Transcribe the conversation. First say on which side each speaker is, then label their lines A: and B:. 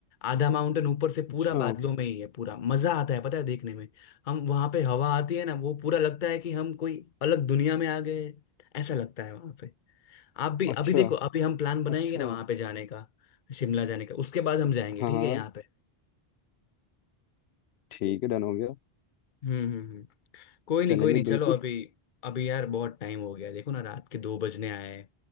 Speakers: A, on the left (about 55°); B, on the left (about 80°).
A: आधा माउंटेन ऊपर से
B: अच्छा
A: पूरा बादलों में ही है पूरा मजा आता है पता है देखने में हम वहां पे हवा आती है ना वो पूरा लगता है कि हम कोई अलग दुनिया में आ गए हैं। ऐसा लगता है वहां पे आप भी
B: अच्छा
A: अभी देखो अभी हम प्लान बनाएंगे
B: अच्छा
A: ना वहां पे जाने का शिमला जाने का उसके बाद हम जाएंगे
B: हाँ
A: ठीक
B: हाँ
A: है यहाँ पे
B: ठीक है डन हो गया
A: हम्म हम्म हम्म। कोई नहीं
B: चलेंगे
A: कोई नहीं चलो
B: बिल्कुल
A: अभी अभी यार बहुत टाइम हो गया देखो ना रात के दो बजने आए हैं